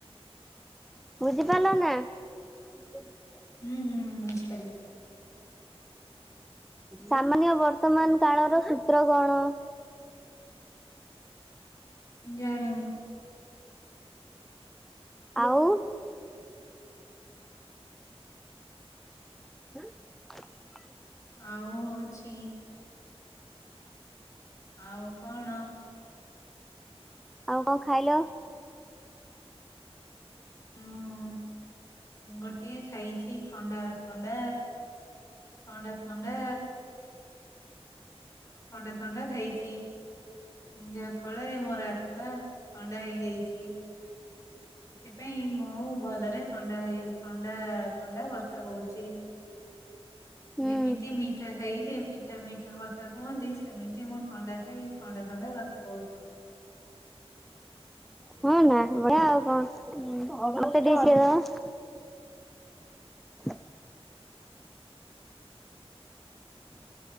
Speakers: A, in the centre; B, on the left (about 30°).
A: ବୁଝିପାରିଲନା? <unintelligible>
B: ହୁଁ ହୁଁ ବୁଝିପାରିଲି।
A: ସାମାନ୍ୟ ବର୍ତ୍ତମାନ କାଳର ସୂତ୍ର କଣ?
B: ଜାଣିନି।
A: ଆଉ? ଆଁ।
B: ଆଉ ହଉଛି ଆଉ କଣ?
A: ଆଉ କଣ ଖାଇଲ?
B: ମୁଁ ଗୋଟିଏ ଖାଇଛି ଥଣ୍ଡା ଥଣ୍ଡା ଥଣ୍ଡା ଥଣ୍ଡା ଥଣ୍ଡା ଥଣ୍ଡା ଖାଇଛି। ଯାହା ଫଳରେ ମୋର ଆତ୍ମା ଥଣ୍ଡା ହେଇଯାଇଚି। ସେଥିପାଇଁ ମୁଁ ଭଲରେ ଥଣ୍ଡା ହଏ ଥଣ୍ଡା ଥଣ୍ଡା କଥା କହୁଚି।
A: ହୁଁ
B: ଯେମିତି ମିଠା ଖାଇଲେ ମିଠା ମିଠା କ କଥା କୁହନ୍ତି ସେମିତି ମୁଁ ଥଣ୍ଡା ଖାଇ ଥଣ୍ଡା ଥଣ୍ଡା କଥା କହୁଚି। <inaudible>
A: ହଁ ନା ବଢ଼ିଆ ଆଉ କଣ ମତେ ଟିକେ ଶିଖେଇ ଦବ? <unintelligible>
B: <inaudible>